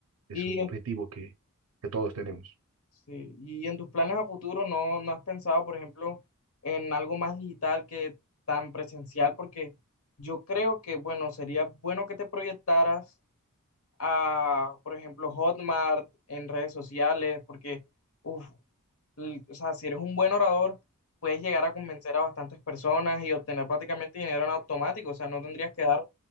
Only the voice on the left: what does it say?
Y
Sí, y en tus planes a futuro no, no has pensado, por ejemplo, en algo más digital que tan presencial, porque yo creo que, bueno, sería bueno que te proyectaras a, por ejemplo, Hotmart en redes sociales, porque, uf, l- o sea, si eres un buen orador, puedes llegar a convencer a bastantes personas y obtener prácticamente dinero en automático, o sea, no tendrías que dar